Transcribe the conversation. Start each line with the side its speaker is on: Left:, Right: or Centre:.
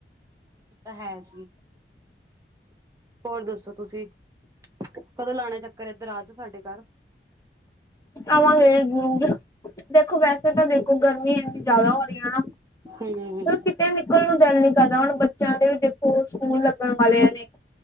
Right: ਤਾਂ ਹੈ ਜੀ। ਹੋਰ ਦੱਸੋ ਤੁਸੀ, ਕਦੋਂ ਲਾਣਾ ਚੱਕਰ ਇੱਧਰ ਆਜੋ ਸਾਡੇ ਘਰ?
Left: ਆਵਾਂਗੇ ਜਰੂਰ। ਦੇਖੋ ਵੈਸੇ ਤਾਂ ਦੇਖੋ, ਗਰਮੀ ਇੰਨੀ ਜ਼ਿਆਦਾ ਹੋ ਰਹੀ ਹੈ ਨਾ ਫਿਰ
Right: ਹੂੰ
Left: ਕਿਤੇ ਨਿਕਲਣ ਨੂੰ ਗੱਲ ਨੀ ਕਰਦਾ, ਹੁਣ ਬੱਚਿਆਂ ਦੇ ਵੀ ਦੇਖੋ ਸਕੂਲ ਲੱਗਣ ਵਾਲੇ ਐਂਵੇ